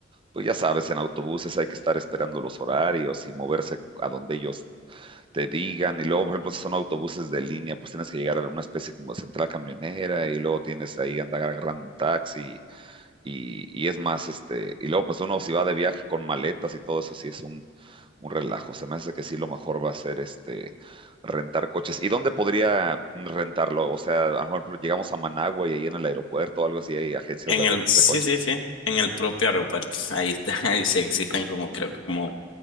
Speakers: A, on the right (about 25°); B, on the left (about 75°).
A: pues ya sabes, en autobuses hay que estar esperando los horarios y moverse a donde ellos te digan. Y luego, por ejemplo, si son autobuses de línea, pues tienes que llegar a una especie como de central camionera y luego tienes ahí andar agarrando un taxi y, y es más, este, y luego pues uno si va de viaje con maletas y todo eso, sí es un, un relajo. Se me hace que sí lo mejor va a ser este rentar coches. ¿Y dónde podría rentarlo? O sea, a lo mejor llegamos a Managua y ahí en el aeropuerto o algo así hay agencias
B: En
A: de rentas
B: el, sí,
A: de coches.
B: sí, sí, en el propio aeropuerto. Ahí está, <laughs> ahí sí existen como, creo que como